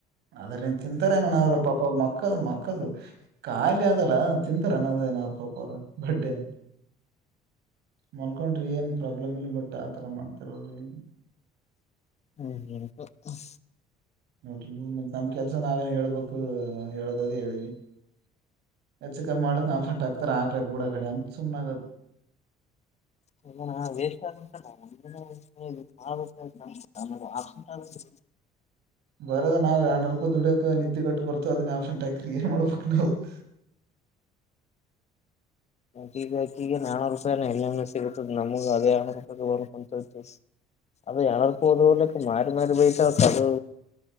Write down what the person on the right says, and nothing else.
ಅದ್ರ ಏನ್ ತಿಂತಾರೆ ನೋ ಅವ್ರ ಪಾಪ ಮಕ್ಕದು ಮಕ್ಕದು ಖಾಲಿ ಅದಲ್ಲ ಚಿಂತರೆ ಅನ್ನದ ನ್ಪ ಅವ ಬಡ್ಡೇನ್ <unintelligible> ಮಲ್ಕೊಂಡ್ರಿ ಏನ್ ಪ್ರಾಬ್ಲಮ್ ಇಲ್ಲ ಬಟ್ ಆತರ ಮಾಡ್ತರ್ರಿ
ನೋಬದು <unintelligible> ಮತ್ ನಮ್ ಕೆಲ್ಸ ನಾವೇನು ಹೇಳ್ಬೇಕು ಹೇಳದದೇ ಹೇಳಿವವಿ ಹೆಚ್ಚು ಕಮ್ಮಿ ಮಾಡಕ್ ನಾಫ್ರಂಟ್ ಹಾಕ್ತಾರ ಆಾಕ್ಲಾಕ್ ಬಿಡ ಕಡೆ ಅಂತ ಸುಮ್ನಾಗದು
ಬರೋದ ನಾವ ಯಾರನುೂಪ ದುಡಕಕ್ ನಿದ್ದೆ ಗಟ್ಟು ಬರ್ತ ಅದೇ ಆಪ್ಷನ್ಟಕ ಕ್ರ ಏರ್ ಮಾಡ್ಬೇಕಕ್ ನಾವವು <inaudible>